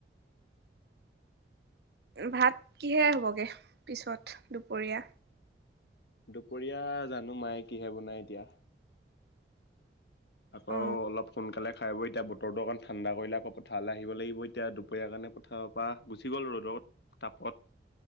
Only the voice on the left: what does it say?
দুপৰীয়া জানো মায়ে কিহে বনাই এতিয়া আকৌ
অলপ সোনকালে খাই এতিয়া বতৰটো অকণ ঠাণ্ডা কৰিলে আকৌ পথাৰলৈ আহিব লাগিব এতিয়া দুপৰীয়া কাৰণে পথাৰৰ পৰা গুছি গল ৰ'দৰত তাপত